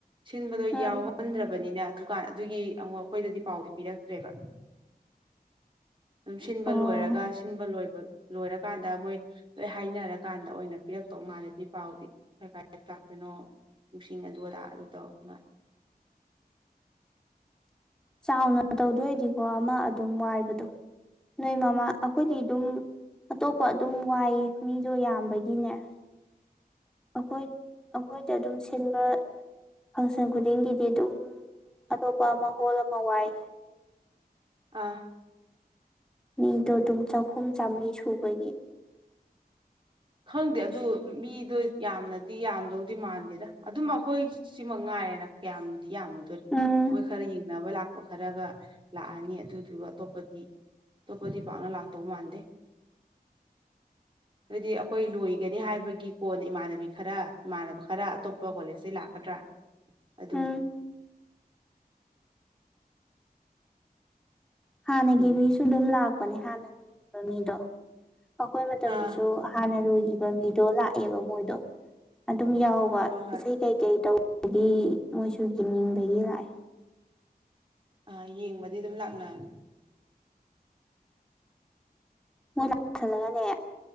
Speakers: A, on the right; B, in the centre.
A: ꯁꯤꯟꯕꯗꯣ
B: ꯎꯝ
A: ꯌꯥꯎꯍꯟꯗ꯭ꯔꯕꯅꯤꯅ ꯗꯨꯀꯥꯟ ꯑꯗꯨꯒꯤ ꯑꯃꯨꯛ ꯑꯩꯈꯣꯏꯗꯗꯤ ꯄꯥꯎꯗꯤ ꯄꯤꯔꯛꯇ꯭ꯔꯦꯕ ꯑꯗꯨꯝ ꯁꯤꯟꯕ
B: ꯑꯣ
A: ꯂꯣꯏꯔꯒ ꯁꯤꯟꯕ ꯂꯣꯏꯕ ꯂꯣꯏꯔꯀꯥꯟꯗ ꯃꯣꯏ ꯂꯣꯏ ꯍꯥꯏꯅꯔꯀꯥꯟꯗ ꯑꯣꯏꯅ ꯄꯤꯔꯛꯇꯧ ꯃꯥꯜꯂꯗꯤ ꯄꯥꯎꯗꯤ ꯀꯔ ꯀꯥꯏꯗ ꯇꯥꯛꯇꯣꯏꯅꯣ ꯁꯤꯡ ꯑꯗꯨ ꯑꯗꯥ ꯑꯗꯨ ꯇꯧꯔꯛꯛꯇ ꯃꯥ
B: ꯆꯥꯎꯅ ꯇꯧꯗꯣꯏꯗꯤꯀꯣ ꯑꯃ ꯑꯗꯨꯝ ꯋꯥꯏꯕꯗꯣ ꯅꯣꯏ ꯃꯃꯥ ꯑꯩꯈꯣꯏꯗꯤ ꯑꯗꯨꯝ ꯑꯇꯣꯞꯄ ꯑꯗꯨꯝ ꯋꯥꯏꯑ ꯃꯤꯁꯨꯣ ꯌꯥꯝꯕꯒꯤꯅꯦ ꯑꯩꯈꯣꯏ ꯑꯩꯈꯣꯏꯗ ꯑꯗꯨꯝ ꯁꯤꯟꯕ ꯐꯪꯁꯟ ꯈꯨꯗꯤꯡꯒꯤꯗꯤ ꯑꯗꯨꯝ ꯑꯇꯣꯞꯄ ꯑꯃ ꯍꯣꯜ ꯑꯃ ꯋꯥꯏ
A: ꯑꯥ
B: ꯃꯤꯗꯣ ꯑꯗꯨꯝ ꯆꯥꯛꯈꯨꯝ ꯆꯥꯝꯃꯔꯤ ꯁꯨꯕꯒꯤ
A: ꯈꯪꯗꯦ ꯑꯗꯨ ꯃꯤꯗꯣ ꯌꯥꯝꯅꯗꯤ ꯌꯥꯝꯗꯧꯗꯤ ꯃꯥꯟꯗꯦꯗ ꯑꯗꯨꯝ ꯑꯩꯈꯣꯏ ꯁꯤ ꯃꯛꯉꯥꯏ ꯌꯥꯝ ꯌꯥꯝꯃꯨꯗꯣꯔꯤ
B: ꯎꯝ
A: ꯃꯣꯏ ꯈꯔ ꯌꯦꯡꯅꯕ ꯂꯛ ꯈꯔꯒ ꯂꯥꯛꯑꯅꯤ ꯑꯗꯨꯗꯨꯒ ꯑꯇꯣꯞꯄꯗꯤ ꯑꯇꯣꯞꯄꯗꯤ ꯄꯥꯛꯅ ꯂꯥꯛꯇꯧ ꯃꯥꯟꯗꯦ ꯑꯗꯨꯗꯤ ꯑꯩꯈꯣꯏ ꯂꯣꯏꯒꯅꯤ ꯍꯥꯏꯕꯒꯤ ꯀꯣꯟꯅ ꯏꯃꯥꯟꯅꯕꯤ ꯈꯔ ꯏꯃꯥꯟꯅꯕ ꯈꯔ ꯑꯇꯣꯞꯄ ꯀꯣꯂꯦꯖꯇꯩ ꯂꯥꯛꯀꯗ꯭ꯔꯥ ꯑꯗꯨꯝ
B: ꯎꯝ ꯍꯥꯟꯅꯒꯤ
A: ꯎꯔꯦ
B: ꯃꯤꯁꯨ ꯑꯗꯨꯝ ꯂꯥꯛꯄꯅꯦ ꯍꯥꯟꯅ ꯂꯩꯔꯤꯕ ꯃꯤꯗꯣ ꯑꯩꯈꯣꯏ ꯃꯇꯝꯗꯁꯨ
A: ꯑꯥ
B: ꯍꯥꯟꯅ ꯂꯣꯏꯈꯤꯕ ꯃꯤꯗꯣ ꯂꯥꯛꯑꯦꯕ ꯃꯣꯏꯗꯣ ꯑꯗꯨꯝ ꯌꯥꯎꯕ
A: ꯍꯣꯏ ꯍꯣꯏ
B: ꯏꯁꯩ ꯀꯩꯀꯩ ꯇꯧꯕꯒꯤ ꯃꯣꯏꯁꯨ ꯌꯦꯡꯅꯤꯡꯕꯒꯤ ꯂꯥꯛꯑꯦ
A: ꯑꯥ ꯌꯦꯡꯕꯗꯤ ꯑꯗꯨꯝ ꯂꯥꯛꯅꯅꯤ
B: ꯃꯣꯏ ꯂꯥꯛꯁꯤꯜꯂꯒꯅꯦ